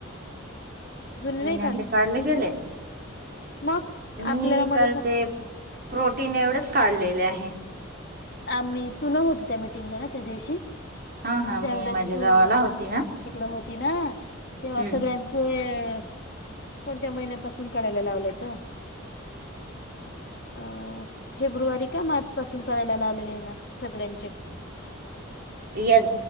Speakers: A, on the left; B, on the right.
A: जुने
B: जुन्यांचे
A: नाही
B: काढले गेले
A: मग
B: मी
A: आपल्याला मदत
B: तर ते प्रोटीन एवढेच काढलेले आहे.
A: आम्ही तु न होतो त्या मिटिंगला ना त्या दिवशी?
B: हा हा मी
A: त्यावेळेस
B: माझ्या
A: तू
B: गावाला होती
A: तिकड
B: ना
A: होती ना तेव्हा
B: हम्म
A: सगळ्यां हे. कोणत्या महिन्यापासून कढायला लावलंत अ फेब्रुवारी का मार्च पासून काढायला लावलेले आहे ना सगळ्यांचेच.
B: या